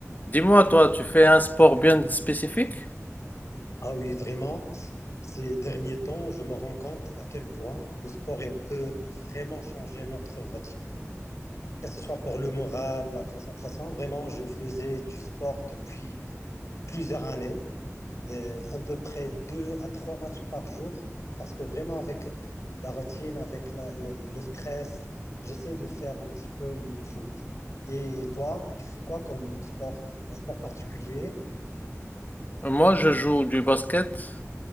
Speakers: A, on the left; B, on the left.
A: Dis-moi, toi, tu fais un sport bien spécifique?
B: Ah oui, vraiment, ces derniers temps, je me rends compte à quel point le sport il peut vraiment changer notre routine. Que ce soit pour le moral, la concentration, vraiment, je faisais du sport depuis plusieurs années, euh, à peu près deux à trois matchs par jour, parce que vraiment avec la routine, avec la- le, le stress, j'essaie de faire un petit peu le foot. Et toi, tu fais quoi comme sport? Un sport particulier?
A: Moi, je joue du basket,